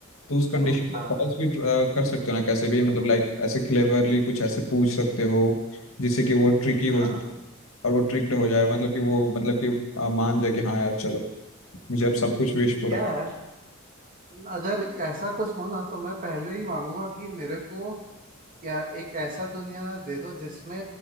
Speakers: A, on the left; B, on the right.
A: तो उस कंडीशन
B: हाँ
A: को
B: हाँ
A: फॉल्स भी अ, कर सकते हो ना कैसे भी मतलब लाइक ऐसे क्लेवरली कुछ ऐसे पूछ सकते हो जिससे कि वो ट्रिकी हो
B: हाँ
A: जाए और वो ट्रिक्ड हो जाए मतलब कि वो मतलब कि अ, मान जाए कि हाँ यार चलो मुझे अब सब कुछ विश पूरा
B: यार अगर ऐसा कुछ हो ना तो मैं पहले ही मांगूंगा कि मेरे को या एक ऐसा दुनिया दे दो जिसमें